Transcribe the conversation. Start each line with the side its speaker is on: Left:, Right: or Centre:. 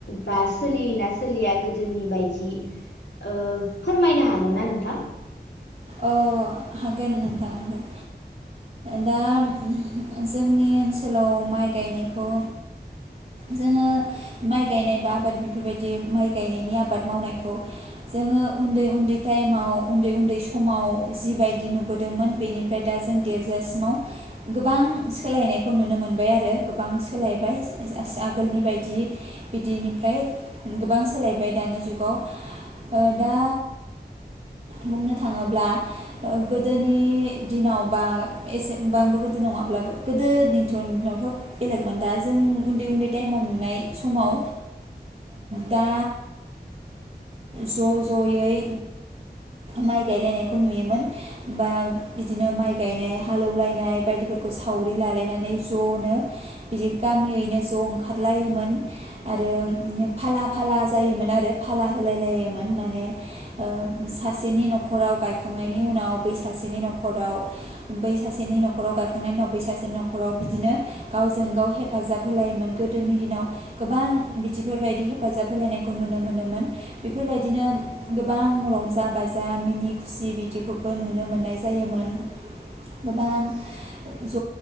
Left: बा सोलियोना सोलिया गोदोनि बायदि ओ फोरमायनो हाग गोनना नोथां
Right: अ हागोन नोंथां हागोन दा उम जोंनि जोंनि ओनसोलाव माइ गायनायखौ जोङो माइ गायनाय बा आबाद बेफोरबायदि माइ गायनायनि आबाद मावनायखौ जोङो उन्दै उन्दै टाइमाव उन्दै उन्दै समाव जिबायदि नुबोदोंमोन बेनिफ्राय दा जों देरजासिमाव गोबां सोलायनायखौ नुनो मोनबाय आरो गोबां सोलायबाय ओस ओस आगोलनि बायदि बिदिनिफ्राय गोबां सोलायबाय दानि जुगाव ओ दा बुंनो थाङोब्ला गोदोनि दिनाव बा एसेबांबो गोदो नङाब्लाबो गोदोनिथ' नि दिनावथ' बेलेगमोन दा जों उन्दै उन्दै टाइमाव नुनाय समाव दा जोङो ज' जयै माइ गायलायनायखौ नुयोमोन बा बिदिनो माइ गायनाय हालौलायनाय बायदिफोरखौ सावरि लालायनानै ज'नो बिदि गामियैनो ज' ओंखारलायोमोन आरो फाला फाला जायोमोन आरो फाला होलायलायोमोन माने ओ सासेनि नखराव गायखांनायनि उनाव बै सासेनि नखराव बै सासेनि नखराव गायखांनायनि उनाव बै सासेनि नखराव बिदिनो गावजों गाव हेफाजाब होलायोमोन गोदोनि दिनाव गोबां बिदिफोरबायदि हे हेफाजाब होलायनायखौ नुनो मोनोमोन बेफोरबायदिनो गोबां रंजा जा बाजा मिनि खुसि बिदिखौबो नुनो मोननाय जायोमोन गोबां ज'